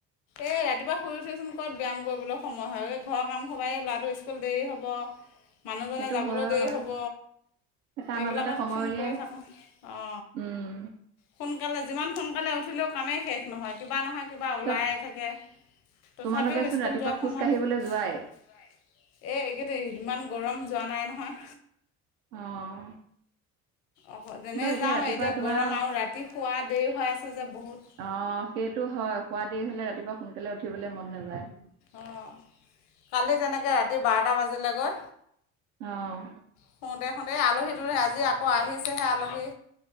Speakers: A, on the left (about 80°); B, on the right (about 80°).
A: এ ৰাতিপুৱা শুই উঠিচোন ক'ত ব্যায়াম কৰিবলৈ সময় হয়। এই ঘৰ কাম সোপায়ে স্কুল দেৰি হ'ব, মানুহজনে
B: সেইটো
A: যাবলৈ
B: হয়
A: দেৰি হ'ব।
B: তাৰ
A: এইবিলাকতচোন
B: মাজতে সময় উলিয়াই
A: কৰি থাকোঁ অ।
B: উম,
A: সোনকালে যিমান সোনকালে উঠিলেও কামেই শেষ নহয়। কিবা নহয় কিবা ওলাইয়ে
B: পিছত
A: থাকে। তথাপিওঁ
B: তোমালোকেচোন
A: স্কুল
B: ৰাতিপুৱা
A: যোৱাৰ
B: খোজ
A: সময়ত
B: কাঢ়িবলৈ যোৱাই
A: এই এইকেইদিন ইমান গৰম যোৱা নাই নহয়।
B: অঁ
A: অঁ যেনে
B: কিন্তু
A: যাওঁ
B: ৰাতিপুৱা
A: এতিয়া
B: তোমাৰ
A: গৰম আৰু ৰাতি শুৱা দেৰি হৈ আছে যে বহুত।
B: অঁ সেইটো হয় শুৱা দেৰি হ'লে ৰাতিপুৱা সোনকালে উঠিবলৈ মন নাযায়।
A: অঁ কালি তেনেকৈ ৰাতি বাৰটা বাজিলৈ গৈ
B: অঁ
A: শুওঁতে শুওঁতে আলহী। আজি আকৌ আহিছেহে আলহী।